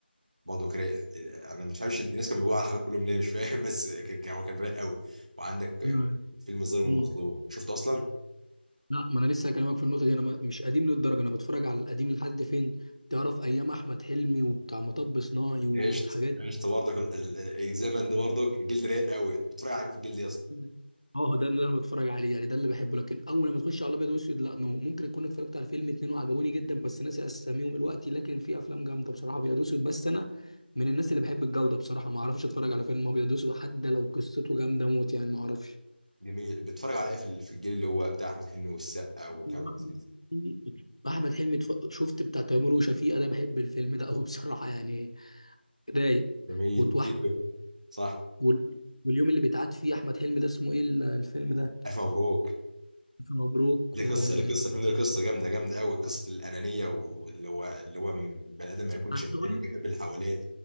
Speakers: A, on the right; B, on the left.
A: برضو رايق آه، انا مش فاهمش الناس كانوا بيقولوا على الحجار كلهم ليه مش فاهم <laughs> بس كان- كان- هو كان رايق قوي وعندك آه،
B: أنا-
A: فيلم الظالم والمظلوم
B: مم.
A: شفته اصلا
B: لا ما انا لسه هكلمك في النقطه دي انا ما- مش قديم للدرجه انا بتفرج على القديم لحد فين تعرف ايام احمد حلمي وبتاع مطب صناعي و-
A: عشت
B: والحاجات
A: عشت برضك ال- ال- الزمن ده برضك جلد رايق قوي بتتفرج على مين في الجلد يا اسطى؟
B: دي اه ده اللي انا بتفرج عليه يعني ده اللي بحبه لكن اول لما تخش على الابيض واسود لا نو ممكن اكون اتفرجت على فيلم اتنين وعجبوني جدا بس ناسي اساميهم دلوقتي لكن في افلام جامده بصراحه ابيض واسود بس انا من الناس اللي بحب الجوده بصراحه ما اعرفش اتفرج على فيلم ابيض واسود حتى لو قصته جامده موت يعني ما اعرفش
A: جميل بتتفرج على ايه في ال- في الجيل اللي هو بتاع احمد حلمي والسقا وكريم
B: <laughs>
A: عبد العزيز
B: احمد حلمي اتف- شفت بتاع تيمور وشفيقة ده بحب الفيلم ده قوي بصراحه يعني رايق
A: جميل
B: وتوح
A: وتيتو صح
B: وال- واليوم اللي بيتعاد فيه احمد حلمي ده اسمه ايه ال- الفيلم ده
A: الف مبروك
B: ألف مبروك
A: ليه
B: و
A: قصه
B: أنا
A: ليه قصه الفيلم ده ليه قصه جامده جامده قوي قصه الانانيه و- واللي هو اللي هو بني ادم ما يكونش
B: عايز
A: اناني
B: اقول لك
A: بيحب اللي حواليه